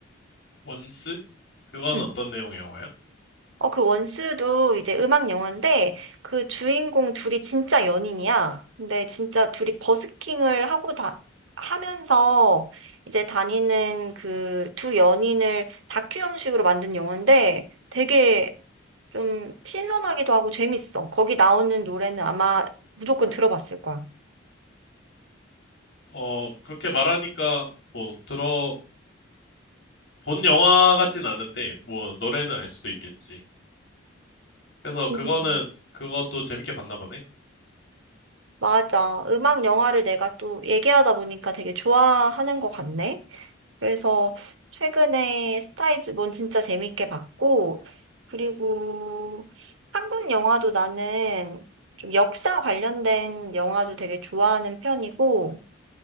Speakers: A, on the left; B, on the right.
A: 원스? 그건
B: 응.
A: 어떤 내용의 영화야?
B: 어, 그 원스도 이제 음악 영화인데 그 주인공 둘이 진짜 연인이야. 근데 진짜 둘이 버스킹을 하고 다 하면서 이제 다니는 그 두 연인을 다큐 형식으로 만든 영화인데 되게 좀 신선하기도 하고 재밌어. 거기 나오는 노래는 아마 무조건 들어봤을 거야.
A: 어, 그렇게 말하니까 뭐 들어 본 영화 같진 않은데 뭐 노래는 알 수도 있겠지. 그래서 그거는
B: 음.
A: 그것도 재밌게 봤나 보네.
B: 맞아. 음악 영화를 내가 또 얘기하다 보니까 되게 좋아하는 것 같네. 그래서 최근에 스타이즈본 진짜 재밌게 봤고, 그리고 한국 영화도 나는 좀 역사 관련된 영화도 되게 좋아하는 편이고,